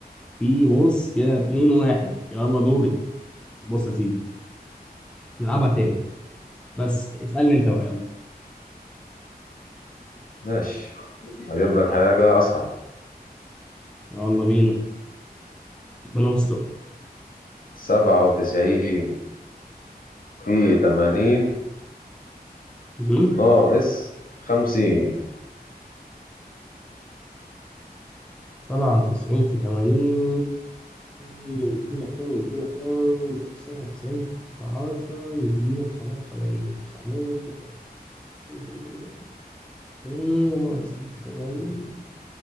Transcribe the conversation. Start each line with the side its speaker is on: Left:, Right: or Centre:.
Centre: في بص كده اتنين واحد يلا دوري بص يا سيدي نلعبها تاني بس اسألني انت بقى يلا
Left: ماشي هجيب لك حاجة أصعب
Centre: يلا بينا بنصدر
Left: سبعة وتسعين في تمانين
Centre: مهم.
Left: ناقص خمسين
Centre: سبعة وتسعين في تمانين يدينا كام يدينا كام سبعة وتسعين في عشرة يدينا تسعمية وسبعين تسعمية وسبعين كام كام كام كام سبعة وتسعين في تمانين